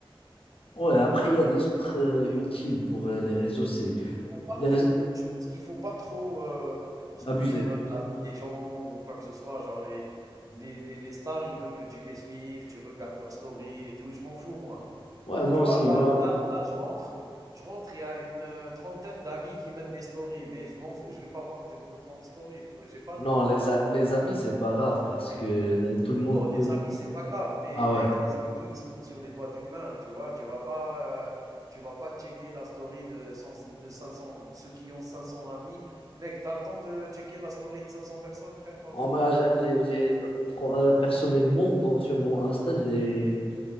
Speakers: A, on the left (about 80°); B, on the right (about 40°).
A: Ouais, après, il y a des autres euh, utiles pour euh, les réseaux, c'est
B: faut pas
A: les
B: trop
A: réseaux...
B: je pense qu'il faut pas trop, heu, suivre
A: abusés.
B: la vie des gens ou quoi que ce soit. Genre les les les les stars, ils veulent que tu les suives, tu regardes leurs stories et tout, je m'en fous moi.
A: Ouais, moi
B: Tu
A: aussi,
B: vois? Là
A: moi,
B: là là, je rentre je rentre, il y a une, heu, trentaine d'amis qui mettent des stories, mais je m'en fous, je vais pas voir tes vos 30 stories, tu vois? J'ai pas
A: non,
B: le temps frère.
A: les, a- les amis, c'est pas grave parce que là, tout le monde
B: Non, les
A: peut.
B: amis, c'est pas grave, mais
A: Ah
B: mec,
A: ouais.
B: les amis, ils se comptent sur les doigts d'une main, tu vois? Tu vas pas, heu, tu vas pas checker la story de cent de 500 ceux qui ont 500 amis. Mec, t'as le temps de checker la story de 500 personnes, frère, par
A: En
B: jour.
A: moi, j'ai, j'ai- j'ai- euh, fran- euh, personnellement, dans- sur mon Insta, j'ai